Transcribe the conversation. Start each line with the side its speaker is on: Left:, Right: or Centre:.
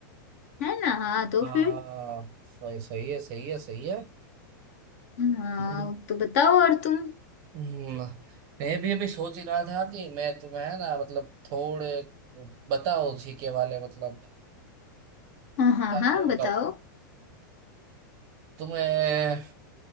Left: है ना हाँ तो
Right: हाँ
Left: फिर
Right: सही सही है सही है सही
Left: हाँ
Right: है
Left: तो बताओ और तुम
Right: हम्म, मैं भी अभी सोच ही रहा था कि मैं तुम्हें है ना मतलब थोड़े बताओ जीके वाले मतलब
Left: हाँ हाँ
Right: क्या
Left: हाँ
Right: क्या होगा
Left: बताओ
Right: तुम्हें